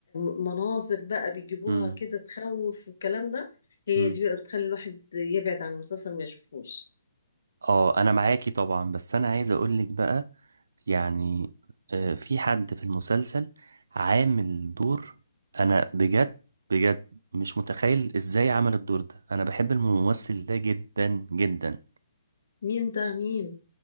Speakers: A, on the left; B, on the right.
A: مناظر بقى بيجيبوها
B: امم
A: كده تخوف والكلام ده هي
B: امم
A: دي بقى بتخلي الواحد يبعد عن المسلسل ما يشوفوش
B: اه انا معاكي طبعا بس انا عايز اقولك بقى يعني آه، في حد في المسلسل عامل دور انا بجد بجد مش متخيل ازاي عمل الدور ده انا بحب الممثل ده جدا جدا
A: مين ده مين